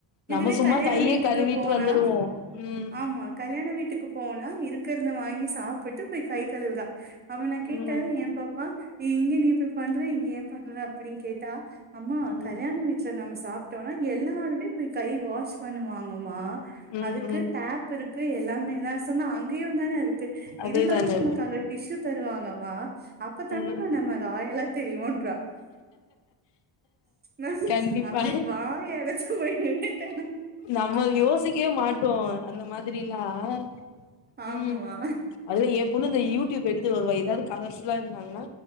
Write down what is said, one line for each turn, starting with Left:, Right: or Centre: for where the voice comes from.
Right: எதுவே
Left: நம்ம சும்மா
Right: கல்யாண
Left: கைய
Right: வீட்டுக்கு
Left: கழுவிட்டு
Right: போனா
Left: வந்துடுவோ ம்
Right: ஆமா கல்யாண வீட்டுக்கு போனா இருக்கிறத வாங்கி சாப்ப ப்பட்டு போய் கை கழுவுரா அப்ப நான் கேட்டா
Left: ம்
Right: என் பாப்பா நீ இங்க நீ இப்படி பண்ற இங்க ஏன் பண்ற அப்டின்னு கேட்டா அம்மா
Left: ம்
Right: கல்யாண வீட்டுல நம்ம சாப்பட்டோம்னா எல்லாருமே போய் கை வாஷ் பண்ணுவாங்கம்மா
Left: ம்
Right: அதுக்கு
Left: ம்
Right: டேப் இருக்கு எல்லாமே நா சொன்னே அங்கயுந்தான இருக்கு
Left: அதேதாங்க
Right: இருந்தாலு நமக்கு
Left: இருக்கு
Right: அங்க டிஷ்யூ தருவாங்கம்மா அப்பத்தானம்
Left: ம்
Right: நம்ம ராயல்லா தெரியவும் நா
Left: கண்டிப்பா
Right: அப்டியே <unintelligible>
Left: நம்ம யோசிக்கவே மாட்டோம் அந்த மாரில்லாம்
Right: ஆமா
Left: ம் அல்ல எ பொண்ணும் இந்த யூடியூப் எடுத்துட்டு வருவா எதாவது கலர்சல்லாம் இருந்தாங்கன்னா